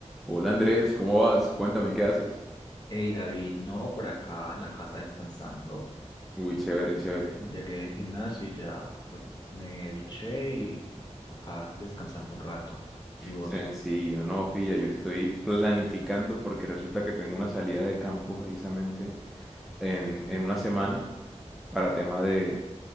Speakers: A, in the centre; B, on the left.
A: Hola Andrés, ¿cómo vas? Cuéntame, ¿qué haces?
B: Hey David, no, por acá en la casa descansando.
A: Uy, chévere, chévere.
B: Llegué del gimnasio y ya, bueno, me duché y acá descansando un rato. ¿Y vos?
A: Sencillo, no, pilla, yo estoy planificando porque resulta que tengo una salida de campo precisamente en, en una semana para tema de,